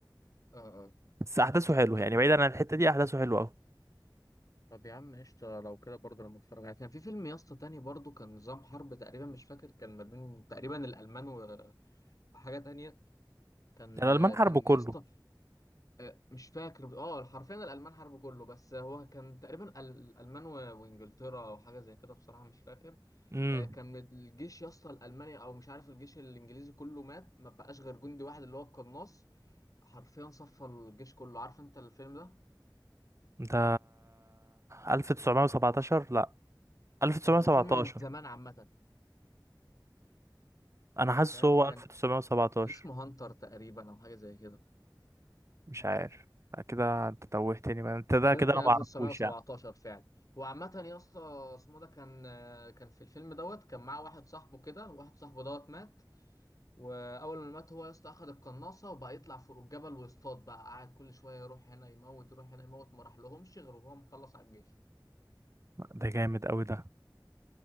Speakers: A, on the left (about 45°); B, on the right (about 35°).
A: اه آه.
B: بس أحداثه حلوة
A: طب
B: يعني بعيدا عن الحتة دي أحداثه حلوة أوي
A: طب يا عم قشطة لو كده برضه لما اتفرج عليه كان في فيلم يا اسطى تاني برضه كان نظام حرب تقريبا مش فاكر كان ما بين تقريبا الألمان و- وحاجة تانية كان
B: يعني الألمان
A: كان
B: حاربوا كله
A: يا اسطى آه، مش فاكر اه حرفيا الألمان حرب كله بس هو كان تقريبا ال- الألمان و- وإنجلترا أو حاجة زي كده بصراحة مش فاكر
B: امم
A: آه، كان الجيش يا اسطى الألماني أو مش عارف الجيش الإنجليزي كله مات ما بقاش غير جندي واحد اللي هو القناص حرفيا صفى الجيش كله عارف أنت الفيلم ده
B: ده 1917 لا 1917
A: هو فيلم من زمان عامة
B: انا حاسس
A: فاهم
B: هو
A: كان
B: 1917
A: كان اسمه هانتر تقريبا او حاجه زي كده
B: مش عارف لا كده انت توهتني بقى انت ده
A: ممكن
B: كده انا
A: 1917
B: ما اعرفوش يعني
A: فعلا وعامة يا اسطى اسمه ده كان كان في الفيلم دوت كان معاه واحد صاحبه كده واحد صاحبه دوت مات واول ما مات هو يا اسطى اخد القناصه وبقى يطلع فوق الجبل ويصطاد بقى قاعد كل شويه يروح هنا يموت يروح هنا يموت ما راح لهمش غير وهو مخلص على الجيش
B: ده جامد قوي ده